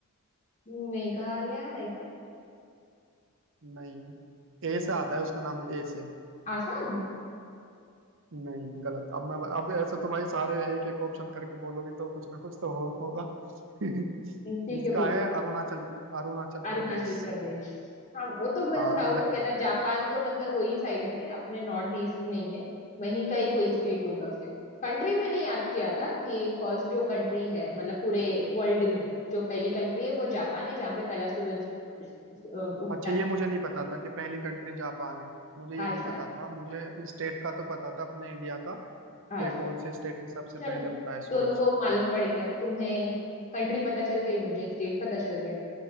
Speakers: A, on the left; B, on the right.
A: मेघालय है क्या
B: नहीं ए से आता है उसका नाम ए से
A: आसाम
B: नहीं गलत अब मैं अब ऐसे तो भाई सारे एक एक ऑप्शन करके बोलोगी तो कुछ ना कुछ तो हो, होगा <laughs>
A: ठीक
B: इसका
A: है बोल
B: है
A: दो
B: अरुणाचल अरुणाचल
A: अरुणाचल
B: प्रदेश
A: प्रदेश हाँ वो तो मेरे
B: हाँ
A: को डाउट
B: या
A: हो गया था जापान तो मतलब वही साइड में अपने नॉर्थ ईस्ट में ही है वहीं का ही कोई स्टेट होगा फिर कंट्री मैंने याद किया था कि फर्स्ट जो कंट्री है मतलब पूरे वर्ल्ड में जो पहली कंट्री है वो जापान है जहाँ पे पहला सूरज अ, उगता
B: अच्छा ये
A: है
B: मुझे नहीं पता था कि पहली कंट्री जापान है मुझे
A: अच्छा
B: ये नहीं पता था मुझे स्टेट का तो पता था अपने इंडिया का
A: अच्छा
B: कि कौन से स्टेट में सबसे
A: चलो
B: पहले उगता है सूरज
A: दोनों को मालूम पड़ गया तुम्हें कंट्री पता चल गई मुझे स्टेट पता चल गया